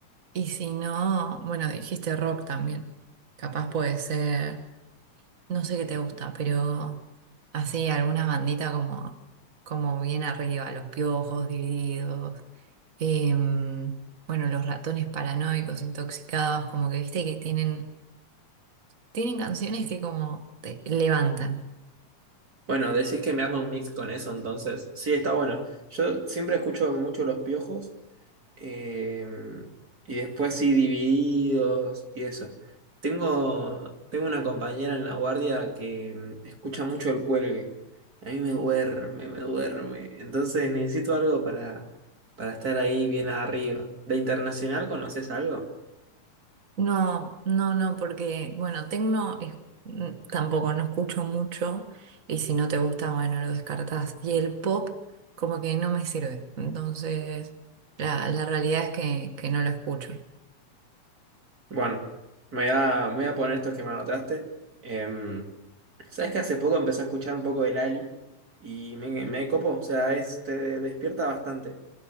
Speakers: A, on the right; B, on the right.
A: Y si no, bueno, dijiste rock también. Capaz puede ser, no sé qué te gusta, pero así alguna bandita como, como bien arriba, Los Piojos, Divididos, em, bueno, Los Ratones Paranoicos, Intoxicados, como que viste que tienen, tienen canciones que como te levantan.
B: Bueno, decís que me armo un mix con eso, entonces, sí, está bueno. Yo siempre escucho mucho Los Piojos. Em, y después sí, divididos y eso. Tengo, tengo una compañera en la guardia que mm, escucha mucho el cuelgue. A mí me duerme, me duerme. Entonces necesito algo para, para estar ahí bien arriba. ¿De internacional conoces algo?
A: No, no, no, porque, bueno, tecno es- mm, tampoco no escucho mucho y si no te gusta, bueno, lo descartás. Y el pop como que no me sirve. Entonces, la, la realidad es que, que no lo escucho.
B: Bueno, me voy a, me voy a poner estos que me anotaste. Em, ¿sabes que hace poco empecé a escuchar un poco el Ali? Y me, me copo, o sea, es, te despierta bastante.